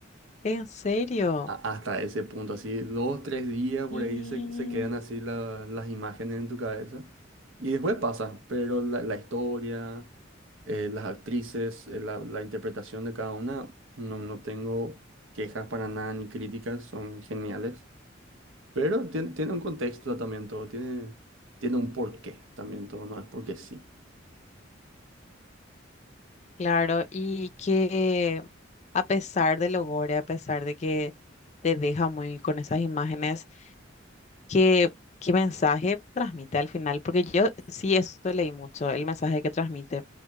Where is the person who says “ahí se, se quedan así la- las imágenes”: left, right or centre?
Right